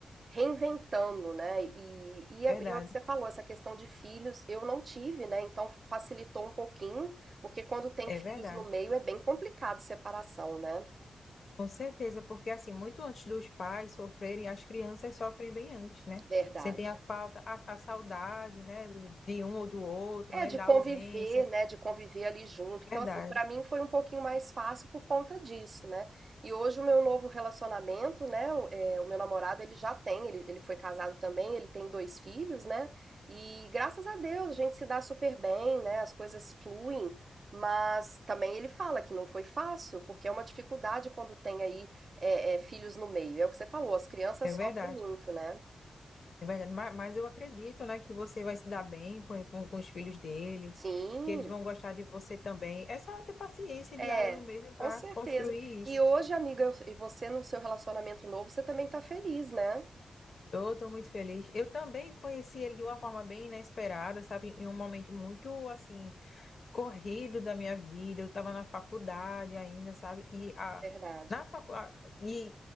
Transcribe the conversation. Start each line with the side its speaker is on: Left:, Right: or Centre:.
Right: reinventando, né? E, e, é-
Left: verdade,
Right: e é o que você falou, essa questão de filhos, eu não tive, né? Então facilitou um pouquinho, porque quando tem
Left: é
Right: filhos
Left: verdade.
Right: no meio é bem complicado separação, né?
Left: Com certeza, porque assim, muito antes dos pais sofrerem, as crianças sofrem bem antes, né?
Right: Verdade.
Left: Sentem a falta, a, a saudade, né, do- de um ou do outro,
Right: É,
Left: né,
Right: de
Left: da
Right: conviver,
Left: ausência.
Right: né? De conviver ali junto. Então,
Left: Verdade,
Right: assim, pra mim foi um pouquinho mais fácil por conta disso, né? E hoje o meu novo relacionamento, né? O, é, o meu namorado, ele já tem, ele, ele foi casado também, ele tem dois filhos, né? E graças a Deus a gente se dá super bem, né? As coisas fluem, mas também ele fala que não foi fácil, porque é uma dificuldade quando tem aí é, é, filhos no meio. É o que você falou, as crianças
Left: é verdade,
Right: sofrem muito, né?
Left: é verdade. Mas, mas eu acredito, né, que você vai se dar bem com, com, com os filhos dele,
Right: Sim.
Left: que eles vão gostar de você também. É só ter paciência e
Right: É,
Left: diálogo mesmo
Right: com
Left: para
Right: certeza.
Left: construir isso.
Right: E hoje, amiga, eu- e você no seu relacionamento novo, você também tá feliz, né?
Left: Eu estou muito feliz. Eu também conheci ele de uma forma bem inesperada, sabe? Em um momento muito, assim corrido da minha vida, eu estava na faculdade ainda, sabe? E a,
Right: Verdade.
Left: na facu, a- e